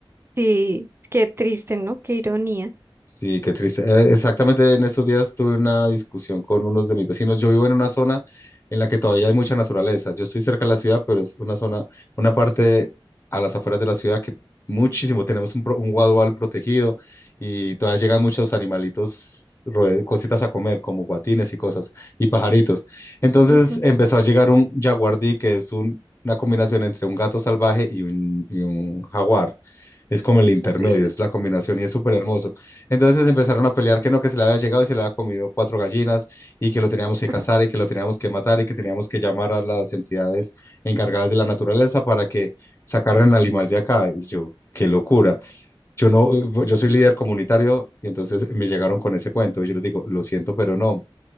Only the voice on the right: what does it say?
Sí, qué triste, ¿no? Qué ironía.
Ujú.
Uy,
<laughs>